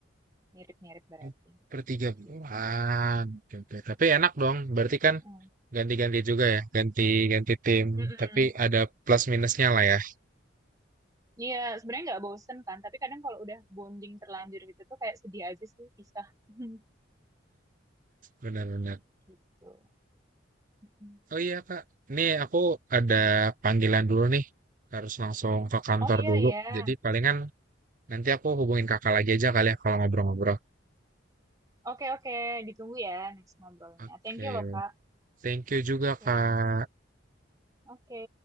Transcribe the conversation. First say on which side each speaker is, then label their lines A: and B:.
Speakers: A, on the right; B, on the right.
A: mirip-mirip berarti.
B: Oh, per tiga bulan.
A: gitu.
B: Oke, oke. Tapi enak dong, berarti kan
A: Mm-mm.
B: ganti-ganti juga ya, ganti-ganti tim.
A: Mm-mm.
B: Tapi ada plus minusnya lah ya,
A: Iya, sebenarnya nggak bosen kan, tapi kadang kalau udah bonding terlanjur gitu tuh kayak sedih aja sih pisah <laughs>
B: benar-benar.
A: gitu. Mm-mm.
B: Oh iya Kak, nih aku ada panggilan dulu nih. Harus langsung ke kantor
A: Oh iya
B: dulu.
A: iya.
B: Jadi palingan nanti aku hubungin kakak lagi aja kali ya kalau ngobrol-ngobrol.
A: Oke oke, ditunggu ya next ngobrolnya.
B: Oke,
A: Thank you loh Kak.
B: thank you juga
A: Oke
B: Kak.
A: oke.